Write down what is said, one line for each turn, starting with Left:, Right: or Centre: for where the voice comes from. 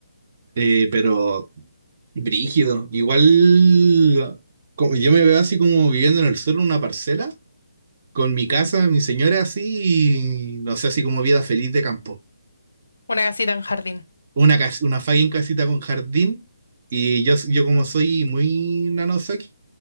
Right: Eh, pero brígido. Igual como, yo me veo así como viviendo en el sur en una parcela, con mi casa, mi señora así, y no sé, así como vida feliz de campo.
Left: Una casita en jardín.
Right: Una, cas- una fucking casita con jardín, y yo, yo como soy muy nanosaki,